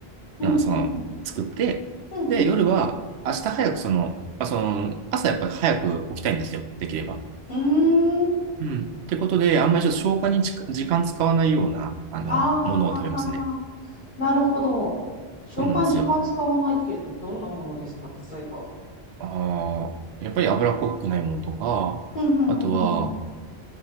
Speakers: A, on the left; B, on the right.
A: うん、
B: うん、その、
A: うん、
B: 作って、
A: うん、
B: で、夜は、
A: うん、
B: 明日早くその、まあ、その、朝やっぱり早く起きたいんですよ、できれば。
A: うん。うーん。
B: うん。ってことで、あんまりちょっと消化にち時間使わないような、あの、
A: ああ、はははは。
B: ものを食べますね。
A: なるほど。消化に時間使わないっていうと、
B: そうなんですよ。
A: どんなものですか、例えば。
B: ああ、やっぱり脂っこくないものとか、
A: うんうんうんうん
B: あとは、